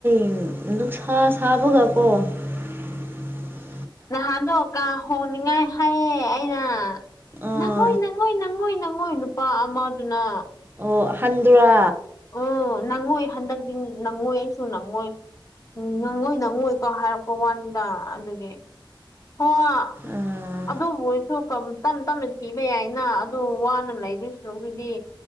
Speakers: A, on the right (about 25°); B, on the left (about 40°).
A: <unintelligible> ꯅꯨꯡꯁꯥ ꯁꯥꯕꯒ ꯀꯣ <unintelligible>
B: ꯅꯍꯥꯟꯗꯣ ꯀꯥ ꯍꯣꯡꯅꯤꯉꯥꯏ ꯍꯥꯏꯌꯦ ꯑꯩꯅ
A: ꯑꯥ
B: ꯅꯪꯉꯣꯏ ꯅꯪꯉꯣꯏ ꯅꯪꯉꯣꯏ ꯅꯪꯉꯣꯏ ꯅꯨꯄꯥ ꯑꯃꯗꯨꯅ
A: ꯑꯣ ꯑꯍꯟꯗꯨꯔꯥ
B: ꯑꯣ ꯅꯪꯉꯣꯏ ꯍꯟꯗꯛꯗꯤ ꯅꯪꯉꯣꯏ ꯑꯩꯁꯨ ꯅꯪꯉꯣꯏ ꯅꯪꯉꯣꯏ ꯅꯪꯉꯣꯏꯀ ꯍꯥꯏꯔꯛꯄ ꯋꯥꯅꯤꯗ ꯑꯗꯨꯒꯤ <unintelligible>
A: ꯑꯥ
B: ꯑꯗꯨꯕꯨ ꯑꯣꯏꯁꯨ <unintelligible> ꯇꯞ ꯇꯞꯅ ꯄꯤꯕ ꯌꯥꯏꯅ ꯑꯗꯨ ꯋꯥꯅ ꯂꯩꯗꯣꯏ ꯁꯔꯨꯛꯄꯨꯗꯤ